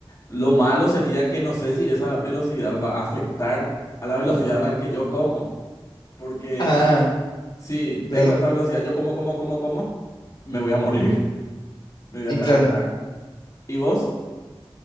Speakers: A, on the left; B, on the left.
A: Lo malo sería que no sé si esa velocidad va a afectar a la velocidad en que yo como, porque
B: Ah,
A: si tengo
B: claro,
A: esa velocidad, yo como, como, como, como, me voy a morir, <laughs> me voy
B: y
A: a atragantar.
B: claro.
A: ¿Y vos?